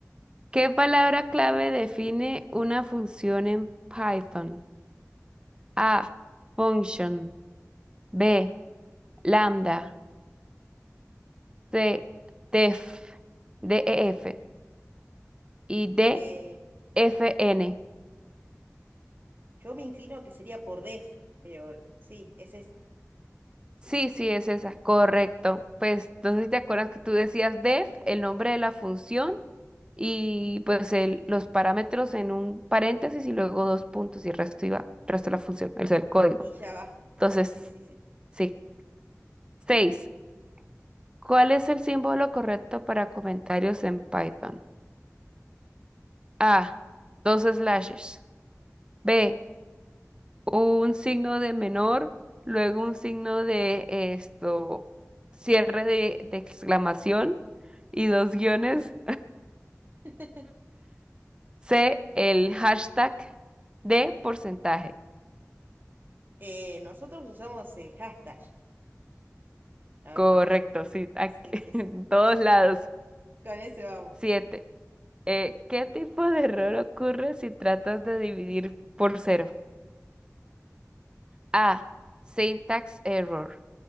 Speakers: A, on the right (about 15°); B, on the right (about 40°).
A: ¿Qué palabra clave define una función en Python? A. Function. B. Lambda. C. Def. DEF. Y D.
B: Eh,
A: FN.
B: yo me inclino que sería por def, pero sí, es esa. Sí,
A: Sí,
B: sí.
A: sí, es esa. Correcto. Pues no sé si te acuerdas que tú decías def, el nombre de la función y pues el- los parámetros en un paréntesis y luego dos puntos y el resto iba, el resto de la función, el, el código.
B: Y ya va.
A: Entonces,
B: Sí, sí, sí.
A: sí. Seis. ¿Cuál es el símbolo correcto para comentarios en Python? A. Dos slashes. B. Un signo de menor, luego un signo de esto, cierre de, de exclamación y dos guiones.
B: <laughs>
A: C. El hashtag. D. Porcentaje.
B: Eh, nosotros usamos el hashtag, la
A: Correcto,
B: verdad.
A: sí, aquí,
B: Sí,
A: <laughs>
B: sí,
A: en
B: sí.
A: todos lados.
B: Con ese vamos.
A: Siete. Eh, ¿qué tipo de error ocurre si tratas de dividir por cero? A. Syntax error.